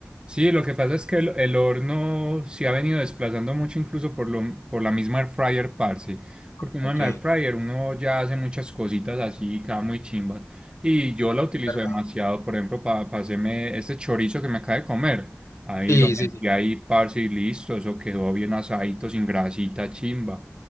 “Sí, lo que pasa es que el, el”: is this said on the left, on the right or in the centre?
Right